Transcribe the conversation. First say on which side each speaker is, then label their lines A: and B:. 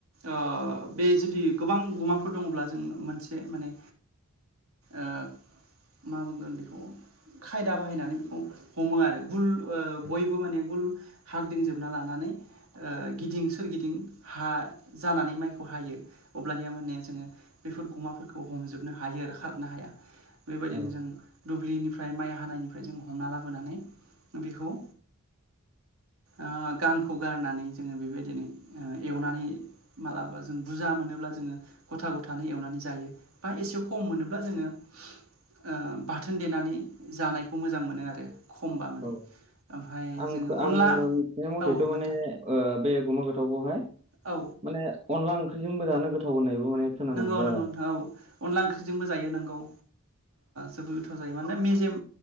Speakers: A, on the right; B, on the right.
A: ओ बे जुदि गोबां गुमाफोर दङब्ला जों मोनसे माने ओ मा बुंगोन बेखौ खायदा बाहायनानै बेखौ हमो आरो गुल बयबो माने गुल हागदिंजोबना लानानै ओ गिदिं सोरगिदिं हा जानानै माइखौ हायो अब्लानिया माने जोङो बेफोर गुमाफोरखौ हमजोबनो हायो आरो खारनो हाया बेबायदिनो
B: औ
A: जों दुब्लिनिफ्राय माइ हानायनिफ्राय जों हमना लाबोनानै बेखौ ओ गांखौ गारनानै जोङो बेबायदिनो एवनानै मालाबा जों बुरजा मोनोब्ला जोङो गथा गथानो एवनानै जायो बा एसे खम मोनोब्ला जोङो ओ बाथोन देनानै जानायखौ मोजां मोनो आरो। खमबा माने
B: औ
A: ओमफ्राय
B: आं
A: जोङो
B: खो- आं
A: अनला
B: मिथिनाय मथेथ'
A: औ
B: माने
A: नों
B: बे ओ गुमा गोथावखौहाय
A: औ
B: माने अनला ओंख्रिजोंबो जानो गोथाव होननायबो माने खोनानो
A: नोंगौ
B: मोनदों आरो
A: नोंगौ नोंथां औ अनला ओंख्रिजोंबो जायो नोंगौ। जोबोद गोथाव जायो माने मेजेम